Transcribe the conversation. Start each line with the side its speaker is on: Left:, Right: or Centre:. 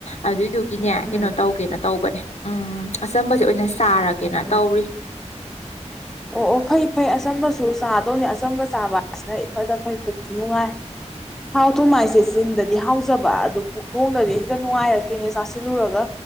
Left: ꯑꯗꯨꯏꯗꯨ ꯒꯤꯅꯦ
Centre: ꯎꯝ
Left: ꯀꯩꯅꯣ ꯇꯧꯒꯦꯅ ꯇꯧꯕꯅꯦ ꯎꯝ ꯑꯆꯝꯕꯁꯦ ꯑꯣꯏꯅ ꯁꯥꯔꯒꯦꯅ
Centre: ꯎꯝ
Left: ꯇꯧꯔꯤ
Centre: ꯑꯣ ꯑꯣ ꯐꯩ ꯐꯩ ꯑꯆꯝꯕꯁꯨ ꯆꯥꯗꯣꯅꯦ ꯑꯆꯝꯕ ꯆꯥꯕ ꯍꯥꯏꯁꯤꯅ ꯏꯐꯗ ꯐꯩ ꯄꯨꯛꯁꯨ ꯅꯨꯡꯉꯥꯏ ꯊꯥꯎ ꯊꯨꯝ ꯍꯥꯏꯁꯦ ꯆꯤꯟꯗꯗꯤ ꯍꯥꯎꯖꯕ ꯑꯗꯨ ꯄꯨꯛ ꯅꯨꯡꯗꯗꯤ ꯍꯦꯛꯇ ꯅꯨꯡꯉꯥꯏꯔꯛꯇꯦꯅꯦ ꯆꯥꯁꯤꯜꯂꯨꯔꯒ